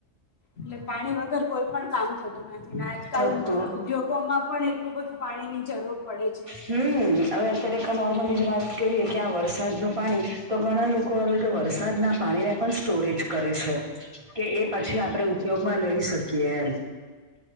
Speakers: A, on the left; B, on the right.
A: એટલે પાણી વગર કોઈ પણ કામ થતું નથી ને, આજકાલ.
B: થતું
A: ઉદ્યોગોમાં પણ એટલું બધું પાણીની જરૂર પડે છે.
B: હમ, હવે અત્યારે ક નોર્મલી વાત કરીએ કે, આ વરસાદનું પાણી તો ઘણા લોકો હવે તો વરસાદ પાણીને સ્ટોરેજ કરે છે. કે એ પછી આપણે ઉપયોગમાં લઈ શકીએ એમ.